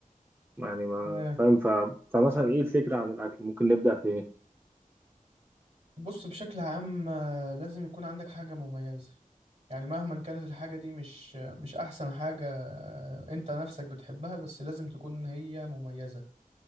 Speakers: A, on the right; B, on the right.
A: يعني ما
B: تمام
A: فاهم ف... فمثلا ايه الفكرة عن الأكل ممكن نبدأ في ايه
B: بص بشكل عام آه، لازم يكون عندك حاجة مميزة يعني مهما كانت الحاجة دي مش مش أحسن حاجة آه، أنت نفسك بتحبها بس لازم تكون هي مميزة